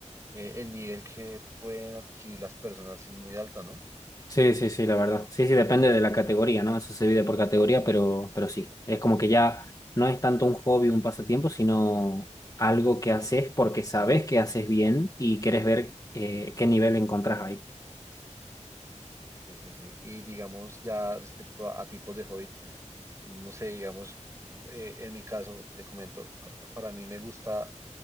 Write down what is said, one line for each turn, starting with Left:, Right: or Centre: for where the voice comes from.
Right: eh, el nivel que pueden adquirir las personas es muy alto, ¿no?
Left: sí, sí, sí, la verdad. Sí, sí, depende de la categoría, ¿no? Eso se divide por categoría, pero, pero sí, es como que ya no es tanto un hobby, un pasatiempo, sino algo que haces porque sabes que haces bien y querés ver eh, qué nivel encontrás ahí.
Right: Sí, sí, sí. Y digamos, ya respecto a, a tipos de hobby, no sé, digamos, eh, en mi caso, te comento, para mí me gusta